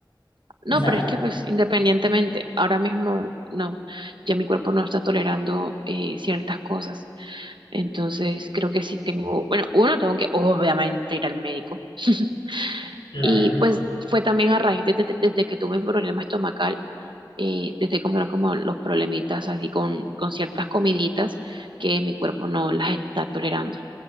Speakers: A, on the right; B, on the left.
A: No,
B: O sea,
A: pero es que pues independientemente, ahora mismo no, ya mi cuerpo no está tolerando eh, ciertas cosas. Entonces creo que sí tengo, bueno, uno tengo que obviamente ir al médico. <laughs>
B: claro
A: Y
B: que
A: pues fue también a raíz de, de- de- desde que tuve un problema estomacal eh, te estoy encontrando como los problemitas así con, con ciertas comiditas que mi cuerpo no las está tolerando.